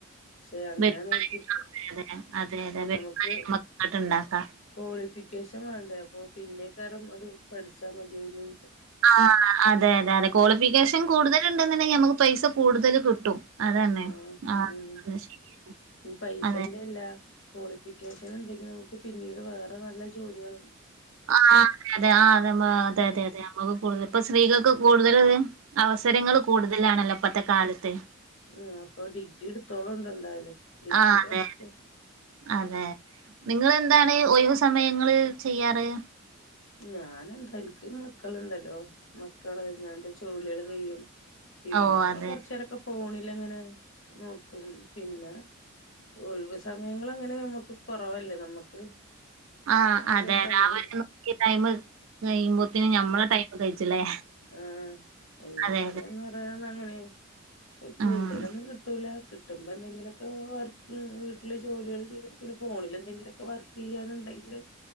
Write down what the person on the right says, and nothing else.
വരുമാനം
ഉണ്ടാക്കുമല്ലെ അതെതെ
നമക്ക് ങ്ങട്ട്ണ്ടാക്കാം
ആ അതെ അതെ അതെ ക്വാളിഫിക്കേഷൻ
കൂടുതൽ ഇണ്ടെന്നുണ്ടെങ്കിൽ നമുക്ക് പൈസ കൂടുതൽ കിട്ടും അതന്നെ
ആ
അത് ശരി.
അതെ
ആ അത അതെ ആ അത അതെ അതെ
അതെ നമ്മക്ക് കൂടുതൽ ഇപ്പ സ്ത്രീകൾക്ക് കൂടുതൽ അവ അവസരങ്ങൾ കൂടുതലാണല്ലോ ഇപ്പത്തെ കാലത്ത്
ആഹ
അതെ അതെ അതെ
നിങ്ങെന്താണ് ഒഴിവ് സമയങ്ങള് ചെയ്യാറ്
ഓഹ് അതെ
ആഹ്
അതെ
രാവിലെ ട്ട്രൂ ട്ടി ടൈം കഴിയുമ്പോത്തിന് ഞമ്മളെ ടൈം കഴിച്ചില്ലേ
അതെ
അതെ
ഉം